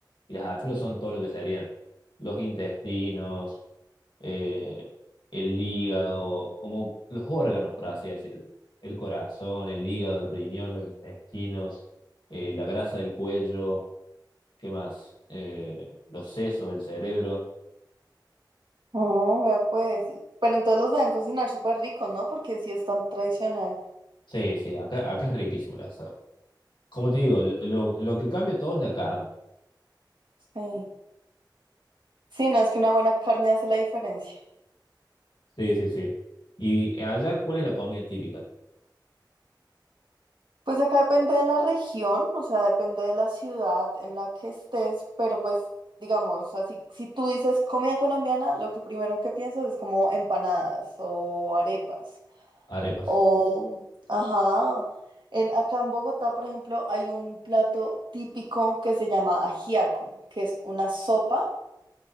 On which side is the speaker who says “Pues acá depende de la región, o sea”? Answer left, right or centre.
Right